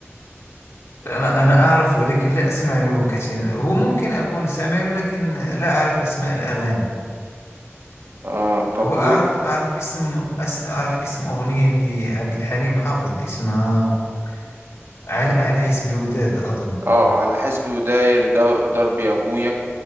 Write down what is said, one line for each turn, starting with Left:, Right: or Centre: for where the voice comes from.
Left: أنا أنا أعرف ولكن لا أسمع له كثيرا هو ممكن أكون سامع له لكن لا أعرف أسماء الأغاني
Right: اه طب
Left: هو أعرف
Right: و-
Left: أعرف اسم أس- أعرف اسم أغنية لعبد الحليم حافظ اسمها على, على حسب وداد أظن
Right: اه على حسبي وداير دا- دربي يا ابويا